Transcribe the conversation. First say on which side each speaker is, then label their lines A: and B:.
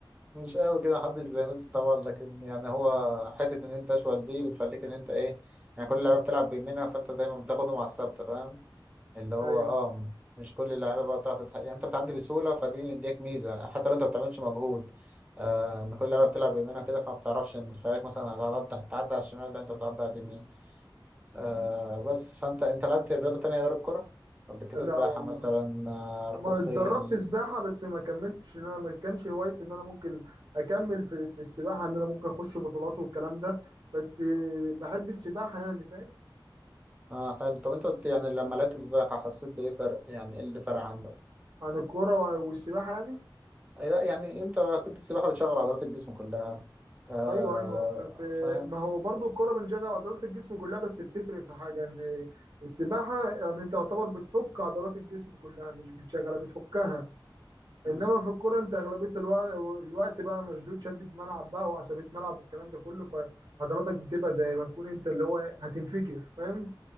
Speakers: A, on the right; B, on the right.
A: مش قوي كده محدش زي ميسي طبعا لكن يعني هو حتة إن أنت أشول دي بتخليك إن أنت إيه يعني كل اللعيبة بتلعب بيمينها فأنت دايما بتاخده مع الثابتة فاهم اللي هو
B: أيوه
A: أه مش كل اللعيبة بقى بتعرف تتح... يعني أنت بتعدي بسهولة فدي مديك ميزة حتى لو أنت ما بتعملش مجهود آه إن كل اللعيبة بتلعب بيمينها كده فما بتعرفش إن متخيلك مثلا هتعدي هتعدي على الشمال لا أنت بتعدي على اليمين آه بس فأنت أنت لعبت رياضة تانية غير الكرة قبل كده
B: لا
A: سباحة
B: والله
A: مثلا آه، ركوب
B: ما
A: خيل
B: اتدربت سباحة بس ما كملتش إن أنا ما كانش هوايتي إن أنا ممكن أكمل في, في السباحة إن أنا ممكن أخش بطولات والكلام ده بس آه، بحب السباحة يعني فاهم
A: اه حلو طب انت قلت يعني لما لقيت سباحة حسيت بإيه فرق يعني ايه اللي فرق عندك؟
B: عن الكورة والسباحة يعني
A: أي لا، يعني انت اكيد السباحة بتشغل عضلات الجسم كلها آه
B: ايوه ايوه ف- ف-
A: فاهم
B: ما هو برضو الكرة بنشغل عضلات الجسم كلها بس بتفرق في حاجة ان السباحة يعني انت يعتبر بتفك عضلات الجسم كلها مش بتشغلها بتفكها
A: مم.
B: انما في الكرة انت اغلبية الو- الوقت بقى مشدود شدة ملعب بقى وعصبية ملعب والكلام ده كله فعضلاتك بتبقى زي ما تكون انت اللي هو هتنفجر فاهم